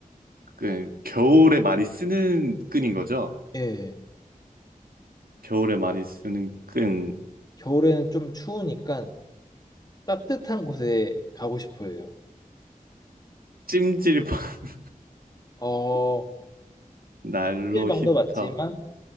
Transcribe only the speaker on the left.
예.
겨울에는 좀 추우니까 따뜻한 곳에 가고 싶어 해요.
어,
손질방도
맞지만,